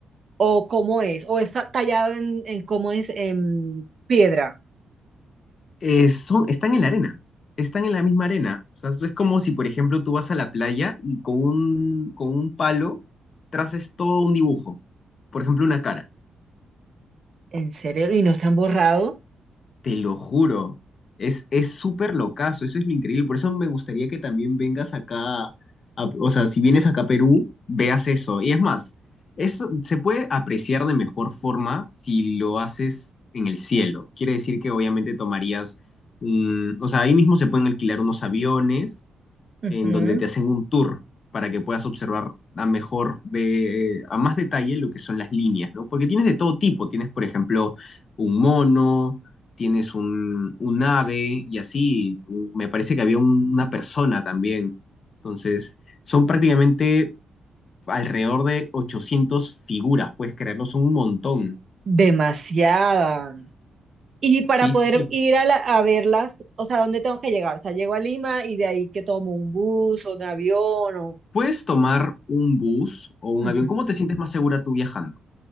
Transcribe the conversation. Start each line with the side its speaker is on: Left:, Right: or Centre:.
Right: o cómo es? ¿O está tallado en, en cómo es en piedra?
Left: Eh, son, están en la arena, están en la misma arena. O sea, es como si, por ejemplo, tú vas a la playa y con un, con un palo traces todo un dibujo, por ejemplo, una cara.
Right: ¿En serio? ¿Y no se han borrado?
Left: Te lo juro, es es súper locazo, eso es lo increíble. Por eso me gustaría que también vengas acá, a- o sea, si vienes acá a Perú, veas eso. Y es más, eso se puede apreciar de mejor forma si lo haces en el cielo. Quiere decir que obviamente tomarías un, o sea, ahí mismo se pueden alquilar unos aviones
Right: Ujú.
Left: en donde te hacen un tour para que puedas observar a mejor de eh, a más detalle lo que son las líneas, ¿no? Porque tienes de todo tipo, tienes por ejemplo un mono, tienes un, un ave y así, me parece que había un- una persona también. Entonces, son prácticamente alrededor de 800 figuras, puedes creerlo, son un montón.
Right: Demasiada. Y para
Left: Sí,
Right: poder
Left: sí.
Right: ir a, la- a verlas, o sea, ¿dónde tengo que llegar? O sea, llego a Lima y de ahí que tomo un bus o un avión o...
Left: Puedes tomar un bus o un
Right: Ujú.
Left: avión. ¿Cómo te sientes más segura tú viajando